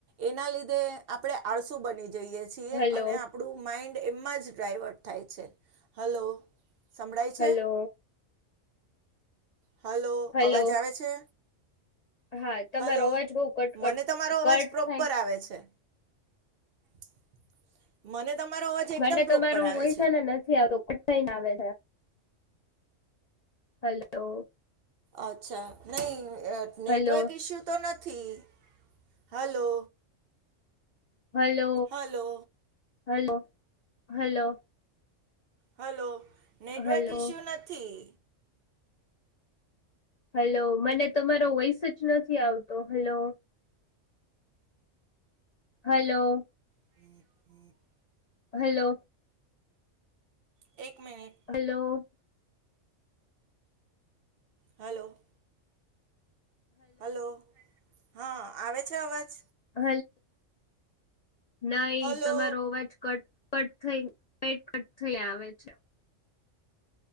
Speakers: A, on the right (about 60°); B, on the left (about 65°).
A: એના લીધે આપણે આળસુ બની જઈએ છીએ
B: હલો
A: અને આપણું માઇન્ડ એમમાં જ ડાઈવર્ટ થાય છે, હલો સંભળાય છે.
B: હલો
A: હલો
B: હલો
A: અવાજ આવે છે.
B: હા તમારો
A: હલો
B: અવાજ બઉ કટકટ કટ
A: મને તમારો અવાજ
B: કટ
A: પ્રોપર
B: થાય
A: આવે છે. <inaudible> મને તમારો અવાજ એકદમ
B: મને
A: પ્રોપર
B: તમારું
A: આવે
B: હોય છે ને નથી આવતુ થઇને આવે, હલો
A: અચ્છા નહીં નેટવર્ક
B: હલો
A: ઇશ્યુ તો નથી, hello
B: hello
A: hello
B: hello hello
A: hello network
B: hello
A: issue નથી.
B: હલો મને તમારો વોઈસ જ નથી આવતો, હલો હલો
A: <inaudible>
B: હલો
A: એક મિનિટ
B: હલો
A: હલો હલો હા આવે છે, અવાજ
B: હ નાઈ
A: હલો
B: તમારો અવાજ કટ કટ થઈટ કટ થઈ આવે છે.